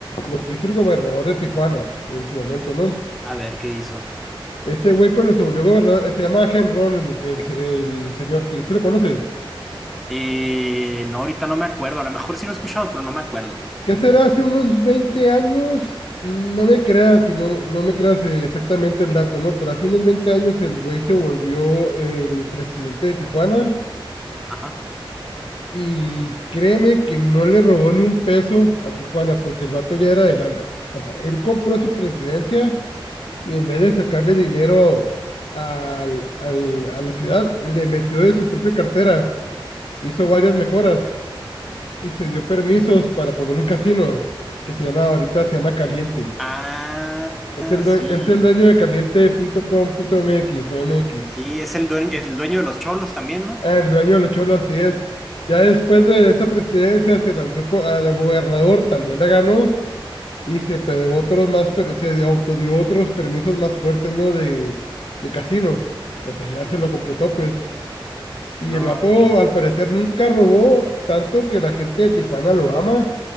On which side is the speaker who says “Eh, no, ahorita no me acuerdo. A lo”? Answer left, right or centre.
Centre